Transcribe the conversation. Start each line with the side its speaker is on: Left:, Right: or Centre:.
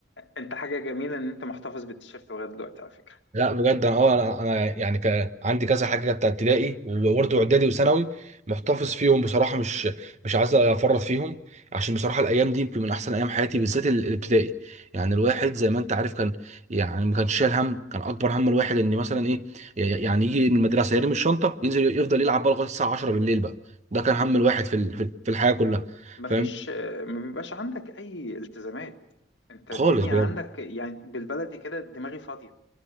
Left: انت حاجة جميلة ان انت محتفظ بالتيشيرت لغاية دلوقتي على فكرة
Right: لا بجد انا اه انا أنا يعني ك... عندي كذا حاجه كانت ابتدائي وبرضه اعدادي وثانوي محتفظ فيهم بصراحه مش مش عايز افرط فيهم عشان بصراحه الايام دي يمكن من احسن ايام حياتي بالذات ال- الابتدائي يعني الواحد زي ما انت عارف كان يعني ما كانش شايل هم كان اكبر هم الواحد ان مثلا ايه ي- يعني يجي من المدرسه يرمي الشنطه ينزل يفضل يلعب بقى لغايه الساعه 10 بالليل بقى ده كان هم الواحد في ال... في ال- في الحياه كلها
Left: مفيش
Right: فاهم
Left: ما بيبقاش عندك اي التزامات انت الدنيا
Right: خالص بجد
Left: عندك يعني بالبلدي كده دماغي فاضية